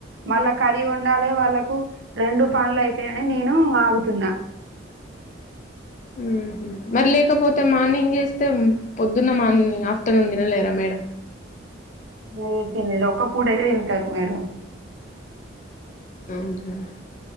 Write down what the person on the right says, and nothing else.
మళ్ళా కర్రీ వండాలే వాళ్లకు, రెండు పనులైతయని నేను ఆగుతున్నా.
<unintelligible> తిన్లే <unintelligible> ఒక్క పూటైతే తింటరు మేడం